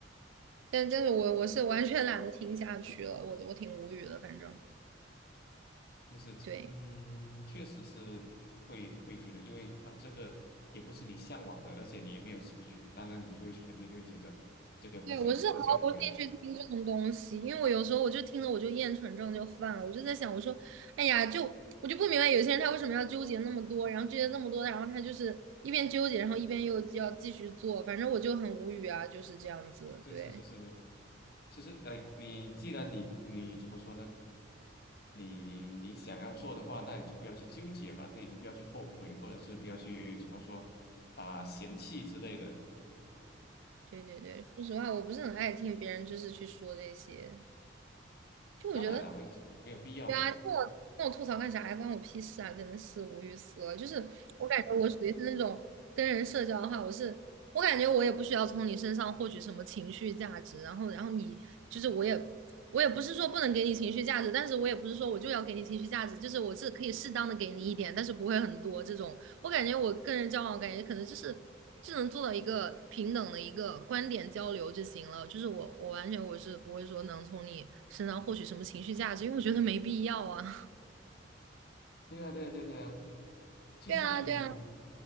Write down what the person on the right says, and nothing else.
但但是我我是完全懒得听下去了，我我挺无语的，反正
对
对，我是毫无兴趣听这种东西，
因为我有时候我就听了我就厌蠢症就犯了，我就在想，我说，哎呀，就我就不明白有些人他为什么要纠结那么多，然后纠结这么多，然后他就是一边纠结，然后一边又要继续做，反正我就很无语啊，就是这样子，
对
对对对，说实话，我不是很爱听别人就是去说这些，就我觉得，
对啊，跟我跟我吐槽干啥呀？关我屁事啊！真的是无语死了。就是我感觉我属于是那种跟人社交的话，我是我感觉我也不需要从你身上获取什么情绪价值，然后然后你就是我也我也不是说不能给你情绪价值，但是我也不是说我就要给你情绪价值，就是我是可以适当的给你一点，但是不会很多这种。我感觉我跟人交往，感觉可能就是只能做到一个平等的一个观点交流就行了。就是我，我完全我是不会说能从你身上获取什么情绪价值，因为我觉得没必要啊。<laughs>
对啊，对啊，